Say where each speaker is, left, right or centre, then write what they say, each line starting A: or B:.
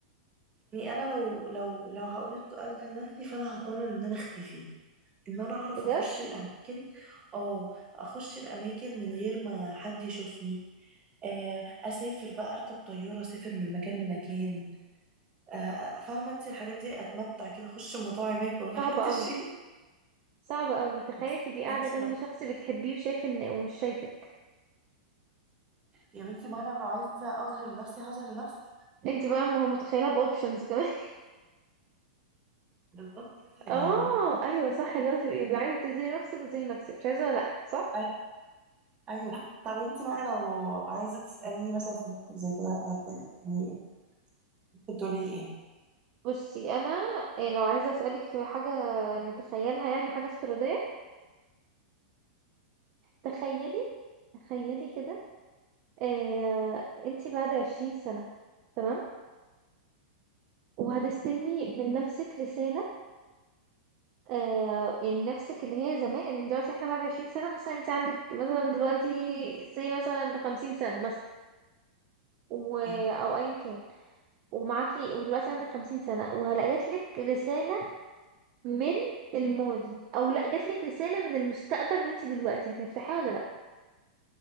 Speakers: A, on the right; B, on the right.
A: يعني انا لو لو لو هقول السؤال ده لنفسي فانا هقرر ان انا اختفي ان انا اعرف
B: بجد
A: اخش الاماكن اه اخش الاماكن من غير ما حد يشوفني آه، اسافر بقى اركب طياره اسافر من مكان لمكان آه، فاهمه انت الحاجات دي اتمتع كده اخش مطاعم اكل ومحدش
B: صعبة قوي
A: شايف
B: صعبة قوي تخيلي
A: بس
B: تبقي
A: <laughs>
B: قاعدة
A: ماشي
B: جنب
A: ما انت
B: شخص بتحبيه وشايف ان ومش شايفك
A: يا بنتي ما انا لو عايزه اظهر نفسي هظهر نفسي
B: انت بقى م- متخيلة باوبشنز كمان
A: بالظبط كده يعني
B: اه ايوه صح اللي هو تبقي عايزه تزي نفسك زي نفسك مش عايزه لا صح
A: أي- ايوه طب انت بقى لو عايزه تساليني مثلا في موقف زي كده هت- يعني كنت تقولي لي
B: بصي انا إيه، لو عايزه اسالك في حاجه نتخيلها يعني حاجه افتراضيه تخيلي تخيلي كده إيه انتي بعد عشرين سنه تمام وهتستلمي من نفسك رساله آه إن نفسك اللي هي زمان يعني دلوقتي احنا بعد عشرين سنه مثلا انت عندك مثلا دلوقتي سي مثلا خمسين سنه مثلا و...
A: ايه
B: او ايا كان ومعاكي ودلوقتي عندك خمسين سنة وجاتلك رسالة من الماضي او لا جاتلك رسالة من المستقبل وانتي دلوقتي هتفتحيها ولا لا